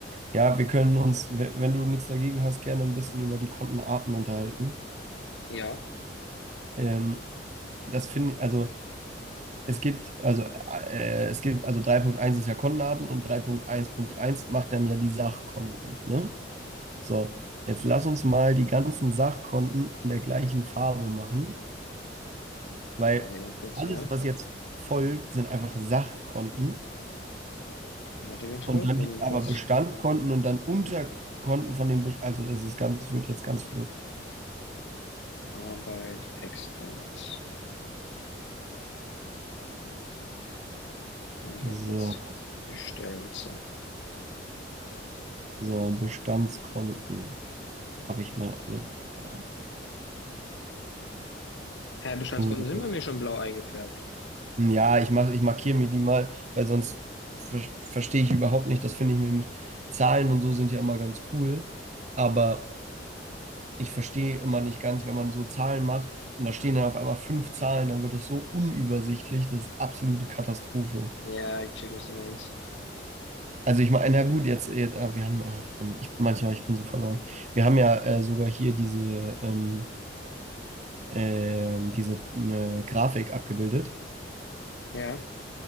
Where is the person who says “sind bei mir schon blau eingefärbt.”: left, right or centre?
Left